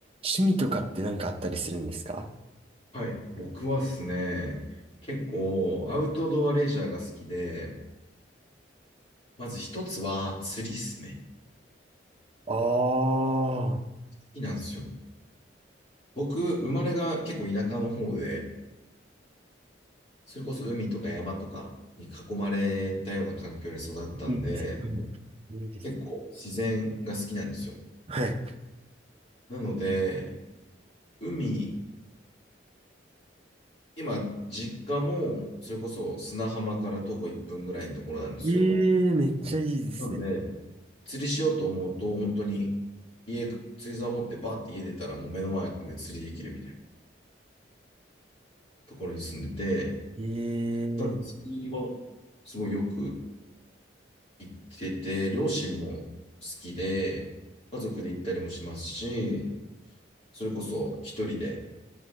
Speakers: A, on the right; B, on the left.
A: 趣味とかって何かあったりするんですか
B: はい。僕はですね、結構アウトドアレジャーが好きで、まず一つは釣りっすね。
A: ああ
B: 好きなんですよ。僕、生まれが結構田舎の方で、それこそ海とか山とかに囲まれたような環境で育ったんで、
A: ー、いいですね。いいですね。
B: 結構自然が好きなんですよ。
A: はい。
B: なので、海、今、実家も、それこそ砂浜から徒歩1分ぐらいのところなんですよ。
A: ええめっちゃいいですね。
B: なので、釣りしようと思うと、本当に家、釣り竿持ってバーって家出たらもう目の前で釣りできるみたいなところに住んでて、
A: ええ
B: なので釣りはすごいよく行ってて、両親も好きで、家族で行ったりもしますし、それこそ一人で